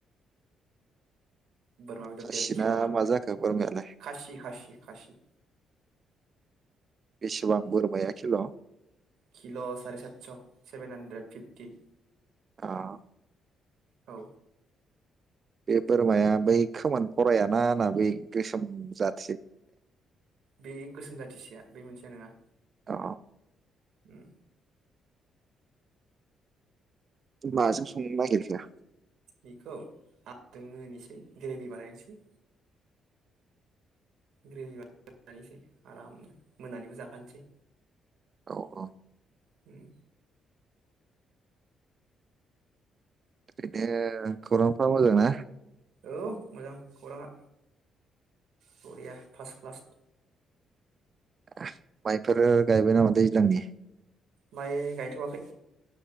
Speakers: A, on the right; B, on the right.
A: बोरमा बेदर
B: खासिना
A: देर किल' लाना फैबाय
B: मा जाखो बोरमायालाय
A: खासि खासि खासि
B: बेसेबां
A: उम
B: बोरमाया खिल'?
A: किल' साराय सातस' सेभेन हानड्रेड फिफटि।
B: अ'
A: औ
B: बे बोरमाया बै खोमोन भरायाना ना बै गोसोम जाद
A: बे गोसोम जाथिसेया बे मोनसेया नङा।
B: अ
A: उम
B: माजों संनो नागिरखो?
A: बेखौ <unintelligible> होनिसै ग्रेभि बानायनोसै। ग्रेभि बानायनोसै आरामनो मोनानिबो जाखानोसै।
B: औ औ
A: उम
B: ओरैनो खौरांफ्रा मोजां ना?
A: औ मोजां खौराङा बरिया फास्ट क्लास।
B: <inaudible> माइफोरो गायबाय नामा दैज्लांनि?
A: माय गायथ'वाखै